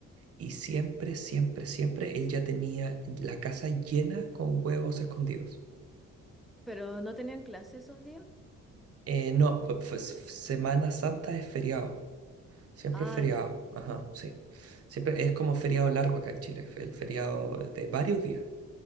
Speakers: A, on the right (about 50°); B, in the centre.
A: Y siempre, siempre, siempre él ya tenía la casa llena con huevos escondidos.
B: Pero no tenían clase esos días.
A: Eh, no, fu- fu- Semana Santa es feriado. Siempre
B: Ah,
A: es feriado.
B: ya.
A: Ajá, sí. Siempre es como feriado largo acá en Chile. El feriado de varios días.